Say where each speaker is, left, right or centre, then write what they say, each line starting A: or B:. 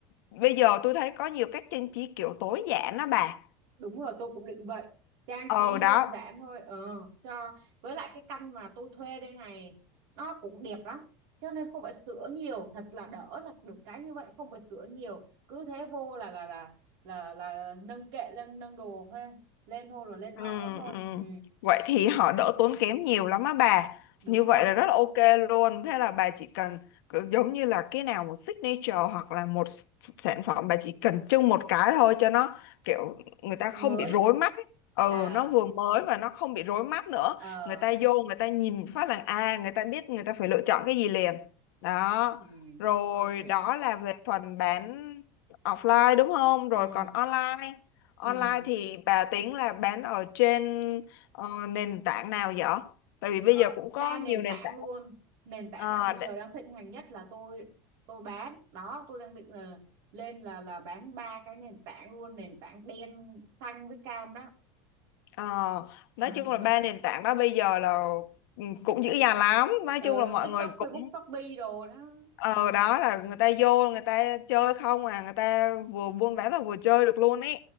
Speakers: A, on the left; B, on the right.
A: bây giờ tôi thấy có nhiều cách trang trí kiểu tối giản đó bà
B: Đúng rồi, tôi cũng định vậy. Trang
A: ờ
B: trí
A: đó
B: đơn giản thôi. Ờ, cho với lại cái căn mà tôi thuê đây này nó cũng đẹp lắm. Cho nên không phải sửa nhiều, thật là đỡ là được cái như vậy, không phải sửa nhiều. Cứ thế vô là là là là là nâng kệ lên nâng đồ thôi, lên thôi rồi lên ở
A: Ừ,
B: thôi.
A: ừ.
B: Ừ,
A: Vậy thì họ đỡ tốn kém nhiều lắm á bà.
B: đúng
A: Như
B: rồi.
A: vậy là rất là ok luôn. Thế là bà chỉ cần cứ giống như là cái nào một signature hoặc là một s- sản phẩm bà chỉ cần trưng một cái thôi cho nó kiểu người ta không
B: Mới
A: bị rối mắt ấy. Ừ,
B: à
A: nó vừa mới và nó không bị rối mắt nữa.
B: ờ
A: Người ta vô người ta nhìn phát là à người ta biết người ta phải lựa chọn cái gì liền. Đó.
B: ừ
A: Rồi
B: ok.
A: đó là về phần bán offline đúng không?
B: Ừ
A: Rồi còn online Online
B: ừ
A: thì bà tính là bán ở trên ờ, nền tảng nào vậy? Tại vì bây
B: ờ,
A: giờ cũng có
B: đa nền
A: nhiều nền
B: tảng
A: tảng.
B: luôn nền tảng
A: Ờ,
B: nào bây giờ đang thịnh hành nhất là tôi tôi bán đó tôi đang định là lên là là bán ba cái nền tảng luôn nền tảng đen xanh với cam đó
A: Ờ, nói
B: <laughs>
A: chung là ba nền tảng đó bây giờ là ừ, cũng dữ dằn lắm nói
B: ừ,
A: chung là mọi
B: TikTok
A: người cũng
B: Facebook Shopee đồ đó
A: ờ
B: ừ,
A: đó là người ta vô người ta chơi không à người ta vừa buôn bán là vừa chơi được luôn ý